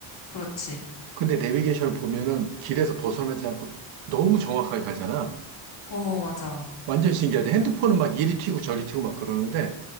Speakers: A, on the left; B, on the right.
A: 그렇지.
B: 근데 내비게이션을 보면은 길에서 벗어나지 않고 너무 정확하게 가잖아.
A: 어, 맞아.
B: 완전 신기하지. 핸드폰은 막 이리 튀고 저리 튀고 막 그러는데,